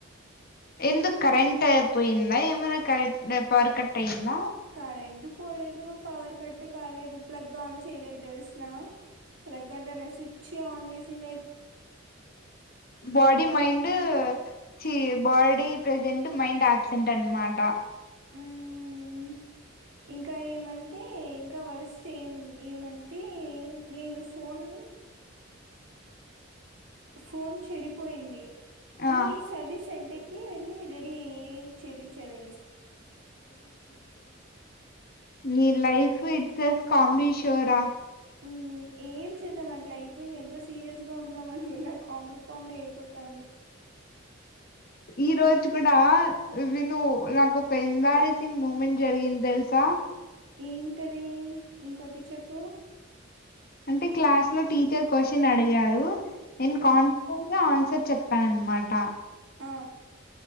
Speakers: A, on the left; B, on the right.
A: ఎందుక్ కరెంట్ పోయిందా ఏమైనా కరెంట్ పవర్ కట్ అయింద
B: కరెంట్ పోలేదు పవర్ కట్ కాలేదు ప్లగ్ ఆన్ చేయలేదు తెల్స్ నా ప్లగ్ అంటేనే స్విచ్ ఆన్ చేసి లేద్
A: బాడీ మైండ్ ఛీ బాడీ ప్రెజెంట్ మైండ్ ఆబ్సెంట్ అన్మాట
B: ఊమ్ ఇంకా ఏమంటే ఇంక వరస్ట్ ఏం ఏమంటే నేను ఫోన్ ఫోన్ చెడిపోయింది అనీ
A: ఆ
B: సర్విస్ సెంటర్ కి వెళ్ళి రెడీ అయి చేపిచ్చేన్
A: ని లైఫ్ ఇట్సే కామ్డిషోరా
B: ఉమ్ ఏం చేద్దాం అట్ల ఐపోయినా ఎంత సీరియస్గా ఉద్దాం అనుకున్నా కామ్డీ కామ్డీ ఐపోతాంది
A: ఈ రోజు కూడా విను నాకు ఒక ఎంబారెసింగ్ మూమెంట్ జరిగింద్ తెల్సా
B: ఏమిటది ఇంకోటి చెప్పు
A: అంటే క్లాస్లో టీచర్ కోషన్ అడిగారు
B: హ్మ్.
A: న్ కాన్ఫ గ ఆన్సర్ చెప్ పనన్మాటా
B: హ